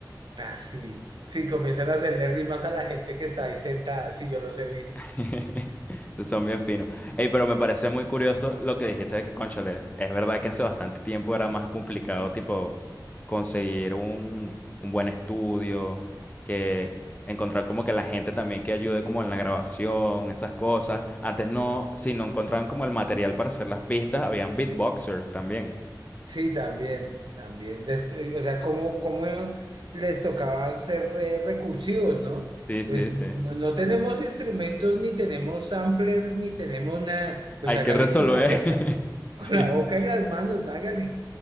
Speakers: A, on the right (about 80°); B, on the left (about 20°).
A: así. Sí, comienzan a hacerle rimas a la gente que está ahí sentada. Sí, yo los he visto.
B: <laughs> Son bien finos. Ey, pero me parece muy curioso lo que dijiste de que, cónchale, es verdad que hace bastante tiempo era más complicado, tipo, conseguir un, un buen estudio, que encontrar como que la gente también que ayude como en la grabación, esas cosas. Antes no,
A: Sí.
B: si no encontraban como el material para hacer las pistas, habían beatboxers también.
A: Sí, también, también. de esto- eh, O sea, ¿cómo, cómo les tocaba ser eh, recursivos, ¿no?
B: Sí, sí,
A: Pues
B: sí.
A: no, no tenemos instrumentos, ni tenemos samplers, ni tenemos nada. Pues
B: Hay
A: hágale
B: que resolver.
A: con la boca,
B: <laughs>
A: <laughs> con
B: Sí,
A: la boca y las manos, hágale.